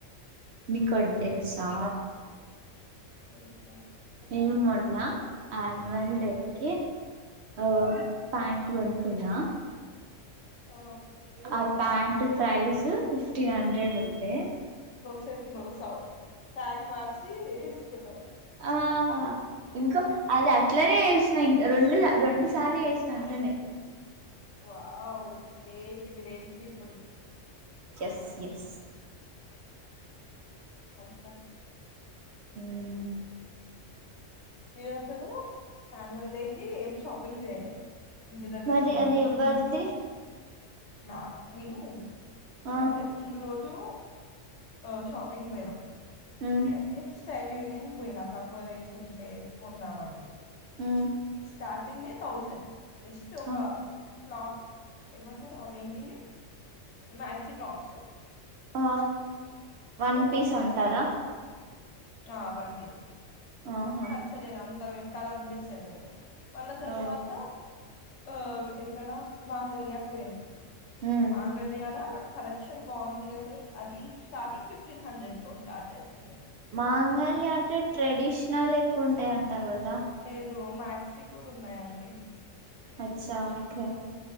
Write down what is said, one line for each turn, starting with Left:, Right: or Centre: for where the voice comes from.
Right: మీ ఒకటి తెలుసా
Left: ఉ టిమ్
Right: ఈ మొన్న ఆన్వల్ డేకి ఆ పాయాంట్
Left: ఆ
Right: కొనుకునా
Left: ఆ
Right: అ ప్యాంట్ ప్రైజ్ ఫిఫ్టీన్ హండ్రెడ్ ఉండె
Left: చెప్పిన్ సవు ట్యాగ్ మార్చి కులో
Right: ఆ ఇంకో అది అట్లనే చేసినా ఇం రెండు రెండు సార్లు చేసినా అట్లనే
Left: వావ్ గ్రేట్ గ్రేట్ పీపుల్
Right: చెస్ ఎస్
Left: అస్ప్పడి
Right: ఉమ్
Left: ఏసారు ఆయాన్యువల్ డే కి ఏం షాపింగ్ చేయలేడి ఇంటి దగ్గర
Right: మరి
Left: ను
Right: అది ఎవరిది
Left: ఇంటికి నక్ విను
Right: ఆ
Left: అయితే ముందు రోజు జో షాపింగ్ పొయినం
Right: ఉమ్
Left: అయితే స్టైల్ యునియన్ పోయినా తకువ ప్రిస్ ట్టే ఎత్కుందామని
Right: ఉమ్
Left: స్టార్టింగ్ థౌజండ్ జస్ట్ ఒకా
Right: ఆ
Left: క్లబ్ ఏమంటారు అవి ఏంటివి మాక్సీ టోప్స్
Right: ఆ వన్
Left: ఏ నక్
Right: పీస్
Left: నచాలే
Right: అంటారా
Left: ఆ వన్ పస్
Right: ఆహా
Left: నా నక్ నచ్చలేదా ఎంత పెట్టాల అనిపించలేదు వాళ్ళ తర్వాత
Right: ఓ
Left: ఆ ఎక్కడ మాంగళ్యాకు పోయినాం
Right: ఉమ్
Left: మాంగళ్యాల కలెక్షన్ బాగుంది గాని అది స్టార్టింగ్ ఫిఫ్టీన్ హండ్రెడ్ తో స్టార్ట్ అవుతుండే
Right: మాంగల్య అంటే ట్రెడిషన్ క్షణలు ఎక్కువ ఉంటాయి అంటావ కదా
Left: ఏదో మక్సీ కూడా ఉన్నాయంండి
Right: అచ్చా ఓకే